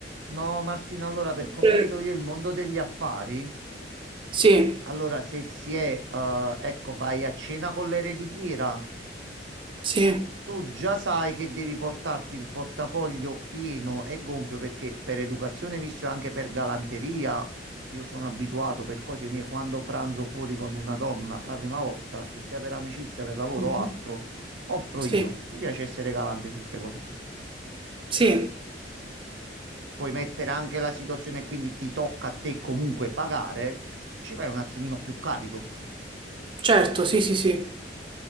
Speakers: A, on the right; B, on the right.
A: no, Martina, allora per
B: Oppure-
A: come vedo io il mondo degli affari,
B: Sì,
A: allora se si è, eh, ecco, vai a cena con l'ereditiera.
B: sì,
A: Tu già sai che devi portarti il portafoglio pieno e gonfio perché per educazione, visto e anche per galanteria, io sono abituato per cose mie quando pranzo fuori con una donna la prima volta, che sia per amicizia, per lavoro
B: Mhm.
A: o altro, offro
B: sì,
A: io. Mi piace essere galante su queste cose qua.
B: sì,
A: Puoi mettere anche la situazione, quindi ti tocca a te comunque pagare, ci vai un attimino più carico.
B: certo, sì, sì, sì.